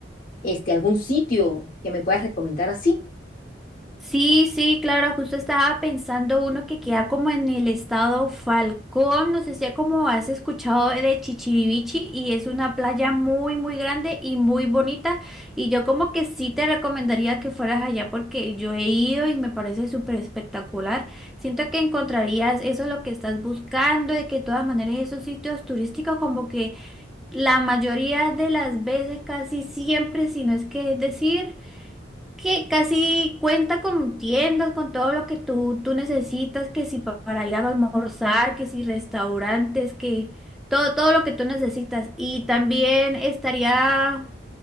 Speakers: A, on the left; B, in the centre.
A: este, algún sitio que me puedas recomendar así?
B: Sí, sí, claro, justo estaba pensando uno que queda como en el estado Falcón, no sé si como has escuchado de Chichirivichi y es una playa muy, muy grande y muy bonita y yo como que sí te recomendaría que fueras allá porque yo he ido y me parece súper espectacular. Siento que encontrarías eso lo que estás buscando, de que de todas maneras esos sitios turísticos como que la mayoría de las veces, casi siempre, si no es que decir que casi cuenta con tiendas, con todo lo que tú, tú necesitas, que si pa- para ir a almorzar, que si restaurantes, que todo, todo lo que tú necesitas. Y también estaría